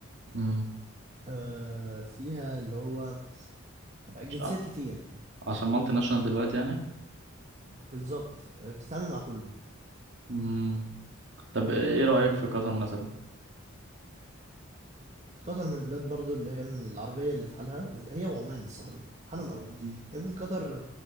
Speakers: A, on the right; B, on the right.
A: امم
B: آه فيها اللي هو جنسيات
A: مش عارف.
B: كتير
A: عشان مالتي ناشونال دلوقتي يعني
B: بالظبط آه، بتتعامل مع كله
A: امم طب ايه رأيك في قطر مثلا
B: قطر من البلاد برضو اللي هي من العربية اللي في حالها ز- هي وعمان الصراحة في حالهم قوي
A: مم.
B: يمكن قطر